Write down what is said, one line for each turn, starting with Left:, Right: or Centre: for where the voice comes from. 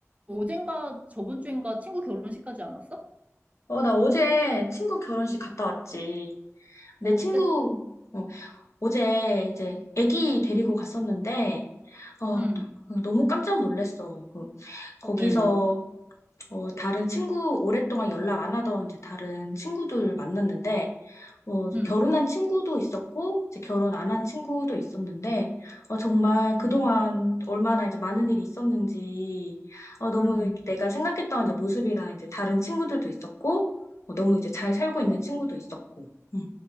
Right: 어젠가 저번 주인가 친구 결혼식까지 안 왔어?
Left: 어, 나 어제 친구 결혼식 갔다 왔지. 내
Right: 어,
Left: 친구,
Right: 어땠어?
Left: 어, 어제 이제 아기 데리고 갔었는데, 어,
Right: 응.
Left: 너무 깜짝 놀랐어. 그, 거기서,
Right: 어, 왜, 왜, 왜?
Left: 어, 다른 친구, 오랫동안 연락 안 하던 이제 다른 친구들 만났는데, 어, 이제
Right: 응,
Left: 결혼한 친구도 있었고, 이제 결혼 안 한 친구도 있었는데, 어, 정말 그동안
Right: 응,
Left: 얼마나 이제 많은 일이 있었는지, 어, 너무
Right: 응.
Left: 내가 생각했던 이제 모습이랑 이제 다른 친구들도 있었고, 어, 너무 이제 잘 살고
Right: 어,
Left: 있는 친구도 있었고, 음.